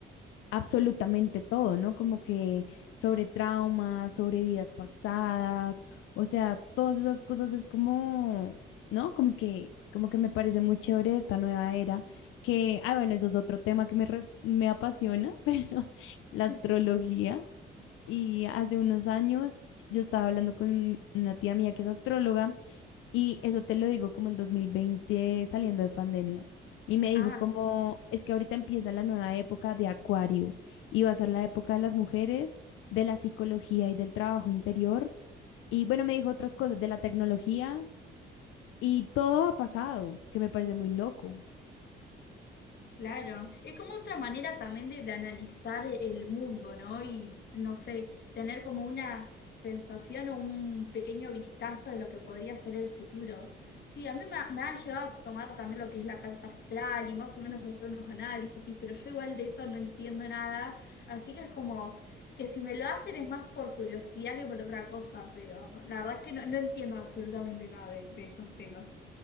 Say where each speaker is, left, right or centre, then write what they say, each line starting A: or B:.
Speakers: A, on the left; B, on the left.
A: absolutamente todo, ¿no? Como que sobre traumas, sobre vidas pasadas, o sea, todas esas cosas es como, ¿no? Como que, como que me parece muy chévere esta nueva era, que, ah, bueno, eso es otro tema que me, re- me apasiona, <laughs> pero la astrología.
B: <laughs>
A: Y hace unos años yo estaba hablando con una tía mía que es astróloga y eso te lo digo como el 2020 saliendo de pandemia. Y me dijo
B: Ah,
A: como, es que ahorita empieza la nueva época de Acuario y va a ser la época de las mujeres, de la psicología y del trabajo interior. Y bueno, me dijo otras cosas de la tecnología y todo ha pasado, que me parece muy loco.
B: Claro, es como otra manera también de, de analizar e- el mundo, ¿no? Y, no sé, tener como una sensación o un pequeño vistazo de lo que podría ser el futuro. Sí, a mí me, ha- me han llevado a tomar también lo que es la carta astral y más o menos hacer unos análisis, pero yo igual de eso no entiendo nada, así que es como que si me lo hacen es más por curiosidad que por otra cosa, pero la verdad que no, no entiendo absolutamente nada de de esos temas.